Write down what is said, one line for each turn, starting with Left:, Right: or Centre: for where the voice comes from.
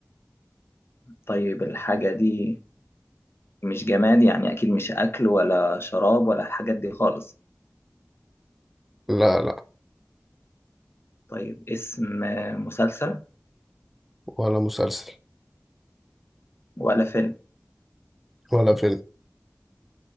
Left: طيب الحاجة دي مش جماد يعني أكيد مش أكل ولا شراب ولا الحاجات دي خالص
Centre: لا لا
Left: طيب اسم مسلسل
Centre: ولا مسلسل
Left: ولا فيلم
Centre: ولا فيلم